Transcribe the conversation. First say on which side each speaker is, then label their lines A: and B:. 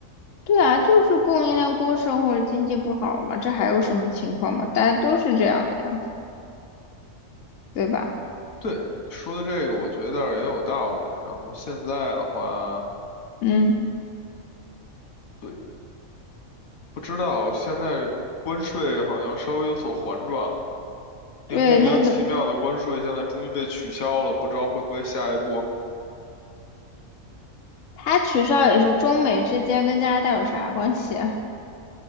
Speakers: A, on the left; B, on the left.
A: 对啊，就是供应链过剩或者经济不好嘛，这还有什么情况嘛？大家都是这样的呀，对吧？
B: 对，你说的这个，我觉得倒是也有道理。然后现在的话，
A: 嗯，
B: 对，不知道现在关税好像稍微有所缓转了，
A: 对，
B: 那个莫名其妙的关税现在终于被取消了，
A: 那个
B: 不知道会不会下一步。
A: 他取消也是中美之间跟加拿大有啥关系啊？